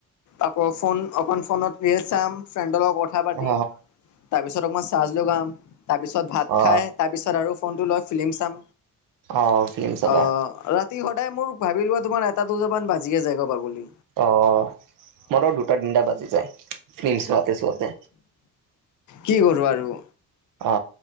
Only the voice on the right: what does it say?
অ
অ
অ ফিল্ম চাবা
অ, মোৰো দুটা তিনিটা বাজি যায় ফিল্ম চোৱাতে চোৱাতে।
অ,